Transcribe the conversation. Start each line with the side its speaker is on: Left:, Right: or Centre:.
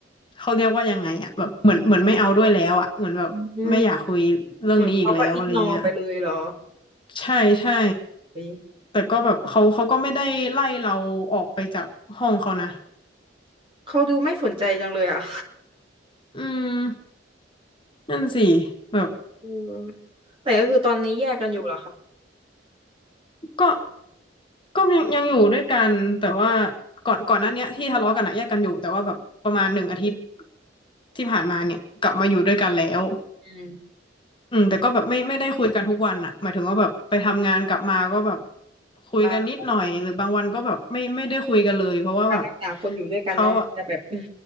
Left: เขาเรียกว่ายังไงอะแบบเหมือนเหมือนไม่เอาด้วยแล้วอะเหมือนแบบไม่อยากคุยเรื่องนี้อีกแล้วอะไรเงี้ย
Right: อืม เหมือนเขาก็อิกนอไปเลยเหรอ
Left: ใช่ใช่
Right: เฮ้ย
Left: แต่ก็แบบเขาเขาก็ไม่ได้ไล่เราออกไปจากห้องเขานะ
Right: เขาดูไม่สนใจจังเลยอ่ะ
Left: อืมนั่นสิแบบ
Right: เออแต่ก็คือตอนนี้แยกกันอยู่เหรอครับ
Left: ก็ก็ยังยังอยู่ด้วยกันแต่ว่าก่อนก่อนหน้าเนี้ยที่ทะเลาะกันอะแยกกันอยู่แต่ว่าแบบประมาณหนึ่งอาทิตย์ที่ผ่านมาเนี่ยกลับมาอยู่ด้วยกันแล้ว
Right: อืม
Left: อืมแต่ก็แบบไม่ไม่ได้คุยกันทุกวันอะหมายถึงว่าแบบไปทำงานกลับมาก็แบบคุยกันนิดหน่อยหรือบางวันก็แบบไม่ไม่ได้คุยกันเลยเพราะว่าแบบ
Right: อ่าตามภาษาคนอยู่ด้วยกันเนาะมันจะแบบ
Left: เขาอะ
Right: <laughs> อืม